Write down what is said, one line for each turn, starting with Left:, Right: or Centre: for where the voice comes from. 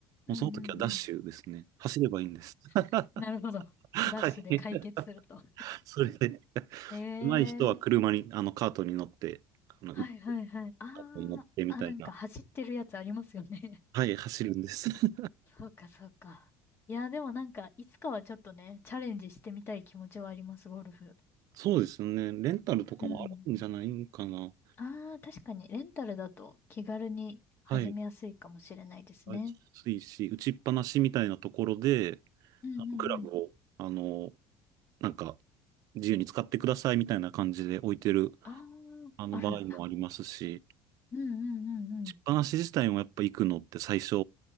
Left: うんうんうん。
Right: もうその時はダッシュですね。走ればいいんです。<laughs>
Left: <laughs> なるほど。
Right: はい。
Left: ダッシュで解決すると。
Right: <laughs> それで、
Left: <laughs>
Right: 上手い人は車に、
Left: ええ
Right: あの、カートに乗って、あの、
Left: はいはいはい。あ
Right: カートに乗ってみたいな。
Left: ー、あ、なんか走ってるやつありますよね。
Right: はい、走るんです。<laughs>
Left: <laughs> そうかそうか。いや、でもなんか、いつかはちょっとね、チャレンジしてみたい気持ちはあります、ゴルフ。
Right: そうですね。レンタルとかもあるんじゃないんかな。
Left: うん。ああ、確かに、レンタルだと気軽に始めやすいかもしれないですね。
Right: はい。安いし、打ちっぱなしみたいなところで、
Left: うんうんうん。
Right: あのクラブを、あの、なんか、自由に使ってくださいみたいな感じで置いてる、
Left: ああ、
Right: あの場合もありますし、
Left: あるんだ。うんうんうん
Right: しっぱなし自体もやっぱ行くのって最初、